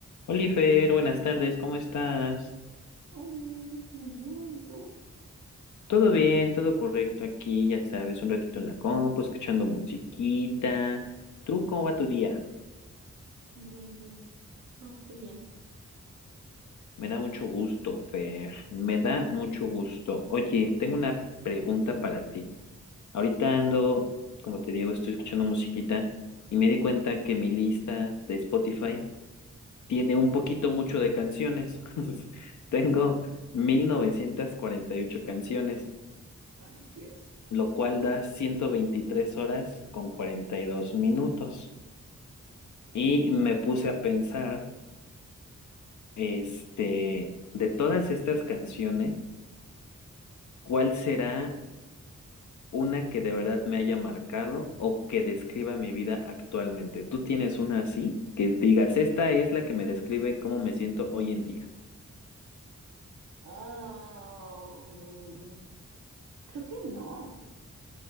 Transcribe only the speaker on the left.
Oliver, buenas tardes, ¿cómo estás?
Todo bien, todo correcto aquí, ya sabes, un ratito en la compu, escuchando musiquita. ¿Tú cómo va tu día?
Me da mucho gusto, Fer, me da mucho gusto. Oye, tengo una pregunta para ti. Ahorita ando, como te digo, estoy escuchando musiquita y me di cuenta que mi lista de Spotify tiene un poquito mucho de canciones. <laughs> Tengo
1948 canciones.
lo cual
da 123 horas con 42 minutos. Y
me puse a pensar, este, de todas estas canciones, ¿cuál será una que de verdad me haya marcado o que describa mi vida actualmente? ¿Tú tienes una así? Que digas, esta es la que me describe cómo me siento hoy en día.